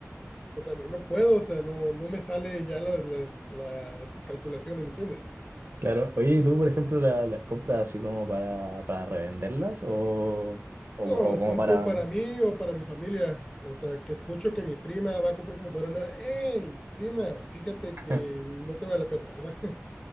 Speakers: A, on the left (about 15°); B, on the right (about 45°).
A: O sea, no, no puedo, o sea, no, no me sale ya las, las, las calculaciones, ¿me entiendes?
B: claro. Oye, ¿y tú, por ejemplo, la- las compras así como para, para revenderlas o, o,
A: No,
B: o
A: las
B: como
A: compro
B: para...
A: para mí o para mi familia. O sea, que escucho que mi prima va a comprar computadora nueva. ¡Ey, prima! Fíjate
B: <laughs>
A: que no te vale la pena, ¿verdad? <laughs>